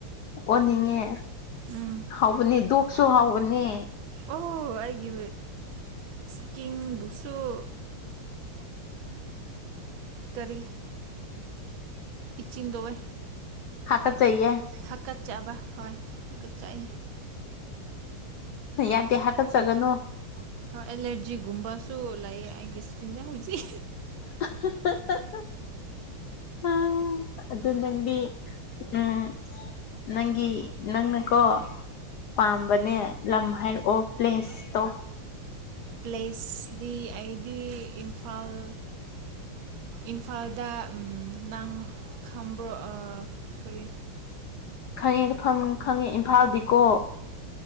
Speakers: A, on the left; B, on the right.
A: ꯑꯣꯟꯅꯤꯡꯉꯦ
B: ꯎꯝ
A: ꯍꯥꯎꯕꯅꯤ ꯗꯣꯛꯁꯨ ꯍꯥꯎꯕꯅꯦ
B: ꯑꯣ ꯑꯩꯒꯤ ꯏꯁꯀꯤꯝ ꯕꯨꯁꯨꯣ ꯀꯔꯤ ꯏꯆꯤꯟꯗꯧꯋꯦ
A: ꯍꯥꯀꯠꯆꯩꯌꯦ
B: ꯐꯀꯠ ꯆꯥꯕ ꯍꯣꯏ ꯍꯥꯀꯠꯆꯩ
A: ꯑ ꯌꯥꯗ ꯍꯥꯏꯒ ꯆꯒꯅꯣ
B: ꯑꯦꯂꯔꯖꯤ ꯨꯝꯕꯁꯨ ꯂ ꯑꯒꯤ ꯏꯁꯇꯖ ꯍꯧꯖꯤꯦ
A: <unintelligible> ꯑ ꯑꯗꯨꯗ ꯅꯪꯗꯤ ꯎꯝ ꯅꯪꯤ ꯅꯪꯅꯀꯣ ꯄꯥꯝꯕꯅꯦ ꯂꯝ ꯍꯥꯏꯔꯛꯑꯣ ꯄ꯭ꯂꯦꯁꯇꯣ
B: ꯄ꯭ꯂꯦꯁꯗꯤ ꯑꯩꯗꯤ ꯏꯝꯐꯥꯜ ꯏꯝꯐꯥꯜꯗ ꯅꯪ ꯈꯥꯝꯕ꯭ꯔꯣ ꯀꯔꯤ
A: ꯈꯪꯉꯦ ꯈꯪꯉꯦ ꯏꯝꯐꯥꯜꯗꯤꯀꯣ